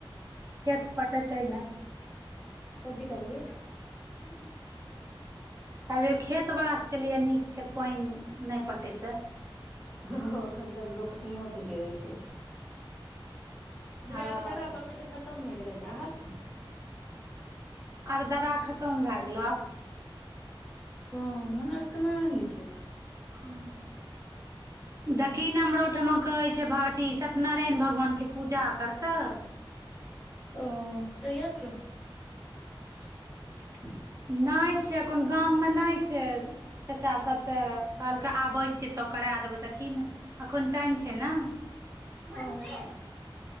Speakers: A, on the right; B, in the centre.
A: खेत पटतै ने।
B: कथी कहली।
A: <inaudible> कहलियौ खेत बला सबके लिए नीक छै प‌इन नहि पटेतै।
B: ह ह अखन धन रोपनीयो ठिके अछि। बुझै
A: हँ
B: अरदरा पाबन तऽ खतम भए गेल हेतै आब।
A: अरदरा खतम भए गेलो आब।
B: हँ हमरा सब के नै होइ छै।
A: हं।
B: <inaudible>
A: देखि न हमरो ओइठमा कहै छै भारती सत्यनारायण भगवान के पूजा करतऽ।
B: ओ कहिया छै। <unintelligible>
A: नहि छै अखन गाममे नहि छै। चचा सब तऽ कहलकै आबै छियै तऽ करा देबै देखि ने। अखन टाइम छैय न।
B: मम्मी हं।